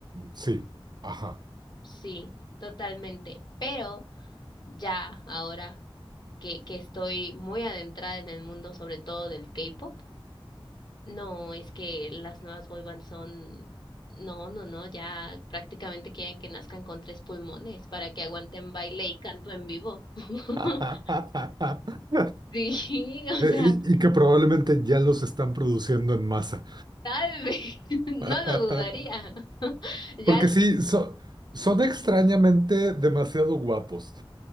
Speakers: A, on the right; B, on the left.
A: sí, ajá.
B: Sí, totalmente. Pero ya ahora que, que estoy muy adentrada en el mundo, sobre todo del K-pop, no es que las nuevas boy bands son, no, no, no, ya prácticamente quieren que nazcan con tres pulmones para que aguanten baile y canto en vivo. <laughs>
A: <laughs>
B: Sí, o
A: Eh,
B: sea,
A: y, y que probablemente ya los están produciendo en masa.
B: tal vez, <laughs> no
A: <laughs>
B: lo dudaría. <laughs> Ya
A: Porque
B: le
A: sí, so- son extrañamente demasiado guapos.